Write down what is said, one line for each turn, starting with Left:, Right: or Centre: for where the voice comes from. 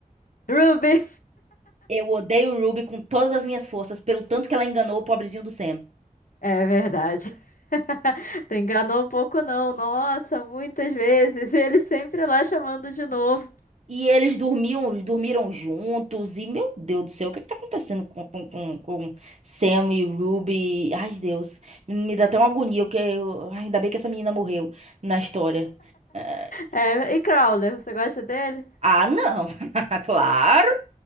Left: Ruby,
Right: Eu odeio Ruby com todas as minhas forças, pelo tanto que ela enganou o pobrezinho do Sam.
Left: é verdade. <laughs> Tu enganou um pouco, não. Nossa, muitas vezes. <laughs> Ele sempre lá chamando de novo.
Right: E eles dormiam, dormiram juntos. E, meu Deus do céu, o que que tá acontecendo com, com, com, com Sam e Ruby? Ai, Deus. Me dá até uma agonia, porque eu, ai, ainda bem que essa menina morreu na história. É,
Left: É, e Crowler, você gosta dele?
Right: Ah, não. <laughs> Claro.